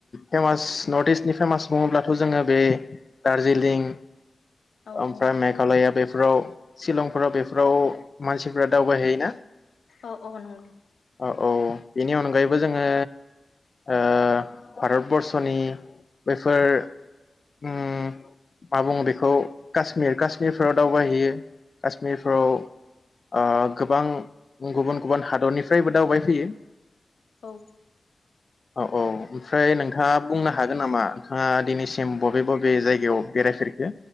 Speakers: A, on the left; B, on the left.
A: फेमास नर्थ-इस्टनि फेमास बुङोब्लाथ' जोङो बे दार्जिलिं
B: औ
A: ओमफ्राय
B: औ
A: मेघालया बे फोराव शिलंफोराव बेफोराव मानसिफ्रा दावबायहैयोना।
B: औ औ नंगौ
A: अ औ बेनि अनगायैबो जोङो ओ भारत बरर्स'नि बैफोर उम मा बुङो बेखौ? काश्मिर काश्मिरफ्राव दावबायहैयो काश्मिरफ्राव ओ गोबां गुबुन गुबुन हादरनिफ्रायबो दावबाय फैयो
B: औ
A: ओ-औ ओमफ्राय नों थाङा बुंनो हागोन नामा नोंथाङा दिनैसेम बबे बबे जायगायाव बेरायफेरखो